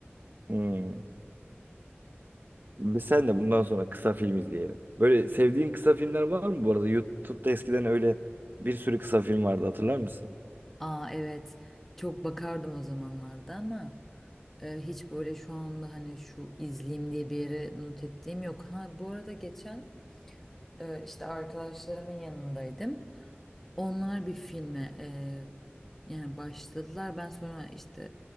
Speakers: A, on the right (about 50°); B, in the centre.
A: Hmm. Biz sen de bundan sonra kısa film izleyelim. Böyle sevdiğin kısa filmler var mı bu arada? YouTube'da eskiden öyle bir sürü kısa film vardı hatırlar mısın?
B: Aa evet çok bakardım o zamanlarda ama e, hiç böyle şu anda hani şu izleyeyim diye bir yere not ettiğim yok. Ha bu arada geçen e, işte arkadaşlarımın yanındaydım. Onlar bir filme eee, yani başladılar. Ben sonra işte